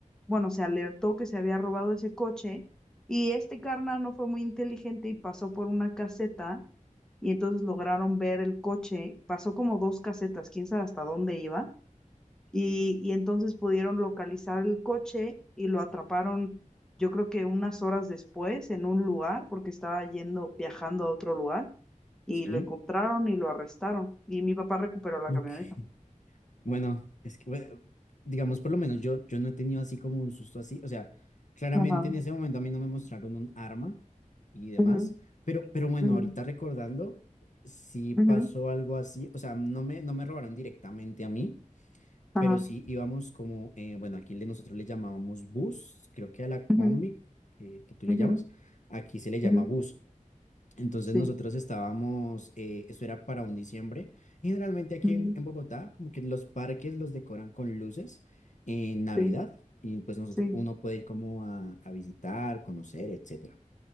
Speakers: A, in the centre; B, on the left (about 65°).
A: bueno, se alertó que se había robado ese coche y este carnal no fue muy inteligente y pasó por una caseta y entonces lograron ver el coche, pasó como dos casetas, quién sabe hasta dónde iba y, y entonces pudieron localizar el coche y lo atraparon. Yo creo que unas horas después en un lugar, porque estaba yendo, viajando a otro lugar, y
B: Sí.
A: lo encontraron y lo arrestaron. Y mi papá recuperó la
B: Ok.
A: camioneta.
B: Bueno, es que, bueno, digamos, por lo menos yo, yo no he tenido así como un susto así. O sea, claramente
A: Ajá.
B: en ese momento a mí no me mostraron un arma y demás,
A: Ujú.
B: pero, pero bueno,
A: Ujú,
B: ahorita recordando, sí pasó
A: ujú,
B: algo así. O sea, no me, no me robaron directamente a mí,
A: ajá,
B: pero sí íbamos como, eh, bueno, aquí le, nosotros le llamábamos bus, creo que a la combi
A: ujú,
B: que, que tú le
A: ujú,
B: llamas, aquí se le llama
A: ujú,
B: bus. Entonces
A: sí,
B: nosotros estábamos, eh, eso era para un diciembre, y generalmente aquí
A: ujú,
B: en, en Bogotá, como que los parques los decoran con luces en Navidad,
A: sí,
B: y pues nosotros,
A: sí,
B: uno puede ir como a, a visitar, conocer, etcétera.